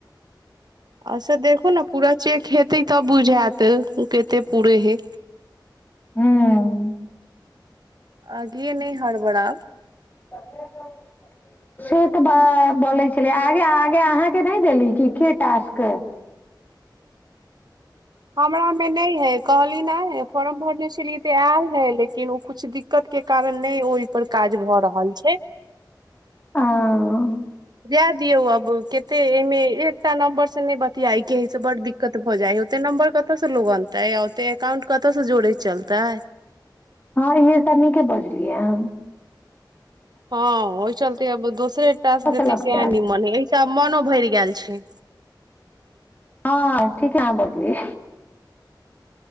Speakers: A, on the right; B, on the left.
A: अ से देखू ने पूरा चेक हेते तब बुझैत, ओ कते पूरै हय।
B: हम्म
A: आगे न हि हरबड़ाब
B: <unintelligible> से तऽ ब बोलय छलै, आगे-आगे अहाँ के नहि देली की के टास्क
A: हमरा में नै हय, कहली नाय फॉर्म भरने छलियै तऽ ऐल हय, लेकिन उ कुछ दिक्क क्कत के कारण नहि ओय पर काज भऽ रहल छै।
B: अं
A: जै दियौ अब, केते एय में एकटा नम्बर से नै बतियाइ के हय से बड दिक्कत भऽ जाय ओ त्ते नंबर कतऽ स लोग अनतै, आ ओते एकाउंट कतऽ से जोड़ैत चलतै।
B: हँ इहे सब नीके बजलियै हन
A: हँ ओहि चलते अब दोसरे टास्क देतै
B: से लगतै
A: सएह
B: आदमी।
A: निमन हय, एहि स आब मनो भइर गैल छय
B: हँ ठीके अहाँ बोलली